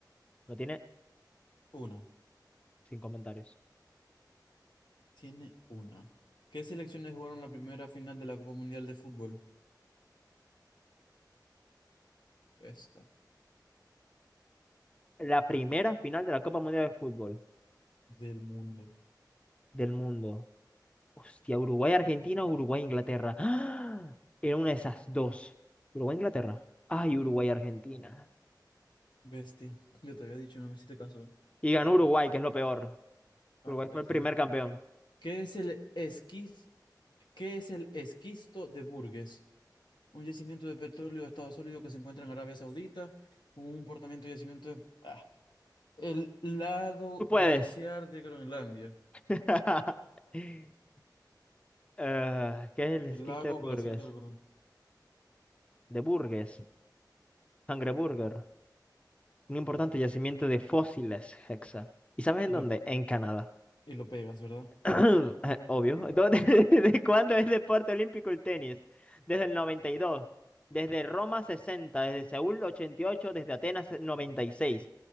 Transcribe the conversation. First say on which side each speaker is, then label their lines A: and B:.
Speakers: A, on the left; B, on the left.
A: No tiene
B: Una.
A: sin comentarios.
B: Tiene una. ¿Qué selecciones jugaron la primera final de la Copa Mundial de Fútbol? Esta.
A: La primera final de la Copa Mundial de Fútbol
B: Del mundo.
A: del mundo. Hostia, Uruguay-Argentina o Uruguay-Inglaterra. ¡Ah! Era una de esas dos. Uruguay-Inglaterra. Ay, Uruguay-Argentina.
B: Bestia. Yo te había dicho, no me hiciste caso.
A: Y ganó Uruguay, que es lo peor.
B: A
A: Uruguay
B: la bestia.
A: fue el primer campeón.
B: ¿Qué es el esquiz? ¿Qué es el esquisto de Burgess? un yacimiento de petróleo de estado sólido que se encuentra en Arabia Saudita, un portamiento de yacimiento de... ah, el lado
A: Tú puedes.
B: glaciar de Groenlandia,
A: <laughs> Eh, ¿qué es el esquiste
B: el lago
A: de Burgess?
B: glaciar de Groenlandia.
A: De Burgess. Sangre Burger. un importante yacimiento de fósiles, Hexa. ¿Y sabes
B: Y
A: en dónde?
B: lo,
A: En Canadá. <clears throat>
B: y lo pegas, ¿verdad?
A: Eh, Obvio. ¿Dónde- <laughs> ¿Desde cuándo es deporte olímpico el tenis? Desde el 92, desde Roma 60, desde Seúl 88, desde Atenas 96.